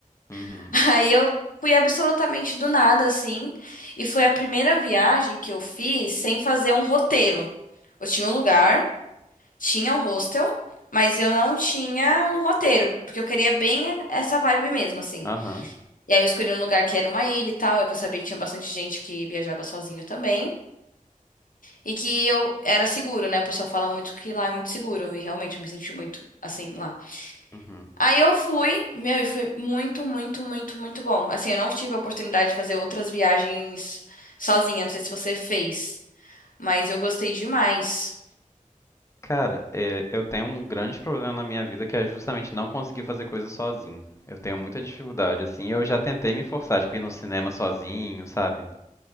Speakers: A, on the left; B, on the left.
A: uhum,
B: <laughs> Aí eu fui absolutamente do nada, assim. E foi a primeira viagem que eu fiz sem fazer um roteiro. Eu tinha um lugar, tinha um hostel, mas eu não tinha um roteiro, porque eu queria bem essa vibe mesmo, assim.
A: aham,
B: E aí eu escolhi um lugar que era uma ilha e tal, é que eu sabia que tinha bastante gente que viajava sozinho também. E que eu era seguro, né? O pessoal fala muito que lá é muito seguro. E realmente eu me senti muito assim lá.
A: uhum.
B: Aí eu fui, meu, e foi muito, muito, muito, muito bom. Assim, eu não tive a oportunidade de fazer outras viagens sozinha. Não sei se você fez, mas eu gostei demais.
A: Cara, é, eu tenho um grande problema na minha vida que é justamente não conseguir fazer coisas sozinho. Eu tenho muita dificuldade, assim. Eu já tentei me forçar, tipo, ir no cinema sozinho, sabe?